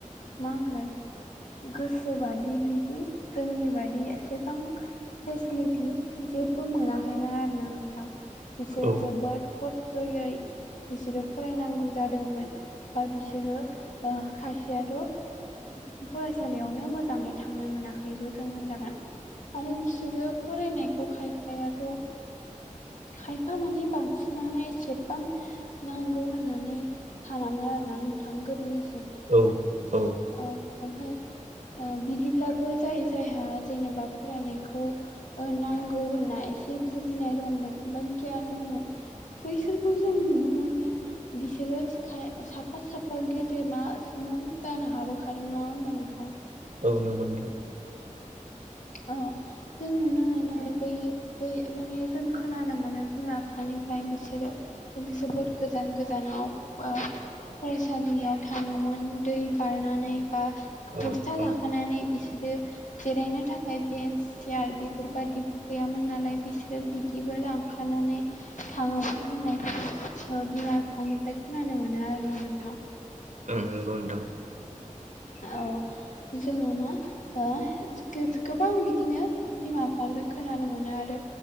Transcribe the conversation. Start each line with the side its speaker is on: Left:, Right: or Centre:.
Left: मा होनगोन गोसोबादि बिदि जोंनि बादि एसेबां फेसिलिटि जेबो मोनाखैमोन आरोना नोंथां बिसोरो
Right: औ
Left: जोबोद खस्थ'यै बिसोरो फरायनांगौ जादोंमोन बा बिसोरो ओ खायसेयाथ' फरायसालियावनो मोजाङै थांनो मोनाखैबो जों होनजागोन आरो बिसोरो फरायनायखौ खायफायाथ' खायफा माने बांसिनानो एसेबां नांगौ होनना नि सानामोन आरोना नोंथां गोदोनि
Right: औ औ
Left: औ ओमफाय ओ बिदिब्लाबो जाय जायहा जेनेबा फरायनायखौ ओ नांगौ होनना एसे बुजिनाय दंमोन बा गियान दंमोन बैसोरखौ जों नुनो मोनो बिसोरो खाय साफा साफा गेदेमा सुबुं जानो हाबोखादों नङा होमबा नोंथां?
Right: औ नंगौ नोंथां
Left: औ जों नुनो मोनो बै बै माने जों खोनानो मोनो बिमा बिफानिफ्राय बिसोरो जोबोद गोजान गोजानाव ओ फरायसालियाव थाङोमोन दै बारनानै बा
Right: औ
Left: बस्था
Right: औ
Left: लाखानानै बिसोरो जिरायनो थाख ओमफाय बेन्स सियार बेफोरबायदिबो गैयामोन नालाय बिसोरो बिदिबो लांफानानै थाङोमोन होननाय जों ओ बिमा बिफानिफ्राय खोनानो मोनो आरोना नोंथां
Right: ओम नंगौ नोंथां
Left: औ जोङो मा ओ गो-गोबां बिदिनो बिमा बिफानिफ्राय खोनानो मोनो आरो